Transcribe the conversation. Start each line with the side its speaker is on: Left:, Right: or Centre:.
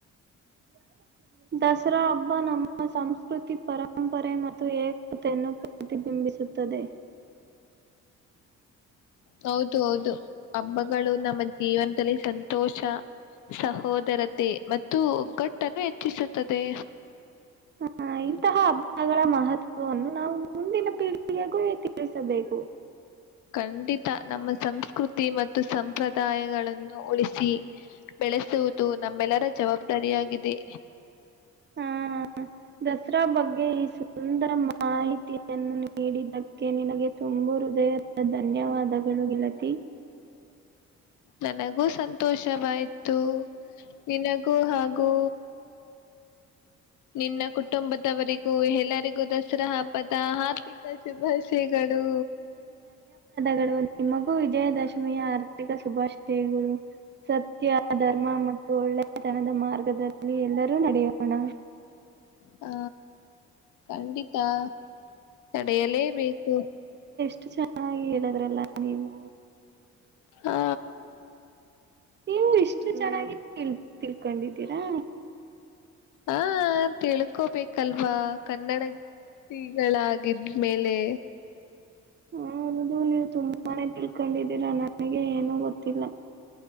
Right: <unintelligible> ದಸರಾ ಹಬ್ಬ ನಮ್ಮ ಸಂಸ್ಕೃತಿ ಪರಂಪರೆ ಮತ್ತು ಏಕತೆಯನ್ನು ಪ್ರತಿಬಿಂಬಿಸ ಸುತ್ತದೆ
Left: ಹೌದು ಹೌದು ಹಬ್ಬಗಳು ನಮ್ಮ ಜೀವನದಲ್ಲಿ ಸಂತೋಷ, ಸಹೋದರತೆ ಮತ್ತು ಒಗ್ಗಟ್ಟನ್ನು ಹೆಚ್ಚಿಸುತ್ತದೆ.
Right: ಹಾ ಇಂತಹ ಗಳ ಮಹತ್ವವನ್ನು ನಾವು ಮುಂದಿನ ಪೀಳಿಗೆಗೂ ತಿಳಿಸಬೇಕು.
Left: ಖಂಡಿತ ನಮ್ಮ ಸಂಸ್ಕೃತಿ ಮತ್ತು ಸಂಪ್ರದಾಯಗಳನ್ನು ಉಳಿಸಿ, ಬೆಳೆಸುವುದು ನಮ್ಮೆಲ್ಲರ ಜವಾಬ್ದಾರಿಯಾಗಿದೆ.
Right: ಆ, ದಸರಾ ಬಗ್ಗೆ ಒಂದರ ಮಾಹಿತಿಯನ್ನು ನೀಡಿದ್ದಕ್ಕೆ ನಿನಗೆ ತುಂಬು ಹೃದಯದ ಧನ್ಯವಾದಗಳು. ಗೆಳತಿ
Left: ನನಗೂ ಸಂತೋಷವಾಯ್ತು ನಿನಗೂ ಹಾಗೂ ನಿನ್ನ ಕುಟುಂಬದವರಿಗೂ ಎಲ್ಲರಿಗೂ ದಸರಾ ಹಬ್ಬದ ಹಾರ್ದಿಕ ಶುಭಾಶಯಗಳು.
Right: ಗಳು ನಿಮಗೂ ವಿಜಯದಶಮಿಯ ಹಾರ್ಥಿಕ ಶುಭಾಶಯಗಳು. ಸತ್ಯ ಧರ್ಮ ಮತ್ತು ಒಳ್ಳೆ ತನದ ಮಾರ್ಗದಲ್ಲಿ ಎಲ್ಲರೂ ನಡೆಯೋಣ
Left: ಹಾ ಕಂಡಿತಾ ತಡೆಯಲ್ಲೇ ಬೀಸು
Right: ಅಷ್ಟು ಚೆನ್ನಾಗಿ ಹೇಳದ್ರಲ್ಲ ನೀವು
Left: ಹ
Right: ನೀವು ಇಷ್ಟು ಚೆನ್ನಾಗಿ ತಿಳ್ ತಿಳ್ಕೊಂಡಿದ್ದೀರಾ
Left: ಹ ತಿಳ್ಕೋಬೇಕಲ್ವಾ ಕನ್ನಡ ಗಳಾಗಿದ್ಮೇಲೆ
Right: ಹೌದು ನೀವು ತುಂಬಾನೇ ತಿಳ್ಕೊಂಡಿದ್ದೀರಾ ನನಗೆ ಏನು ಗೊತ್ತಿಲ್ಲ